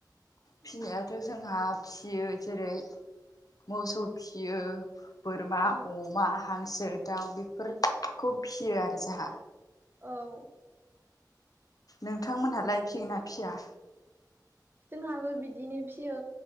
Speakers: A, on the left; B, on the right.
A: फिनायाथ' जोंहा फिसियो जेरै मोसौ फियो। बोरमा,
B: औ
A: अमा, हांसो, दाउ बेफोरखौ फियो आरो जोंहा।
B: औ
A: नोंथांमोनहालाय फिगोना फिया।
B: जोंहाबो बिदिनो फियो